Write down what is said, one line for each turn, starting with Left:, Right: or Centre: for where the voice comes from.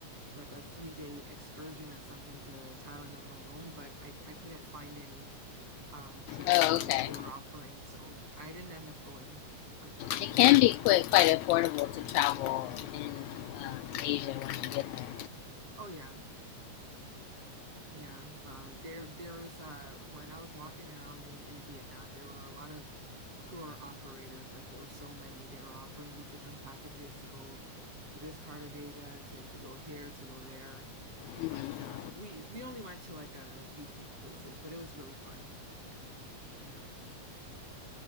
Right: like a three day excursion or something to Thailand on my own, but I I couldn't find any um trips
Left: Oh,
Right: that they
Left: okay.
Right: they were offering, so I didn't end up going, unfortunately.
Left: It can be quite quite affordable to travel in um, Asia when you get there.
Right: Oh yeah. Yeah, um, there there was uh, when I was walking around in, in Vietnam, there were a lot of tour operators. Like there were so many. They were offering these different packages to go to this part of Asia, to, to go here, to go there.
Left: hmm
Right: But um, we we only went to like a few pa- places, but it was really fun. Yeah.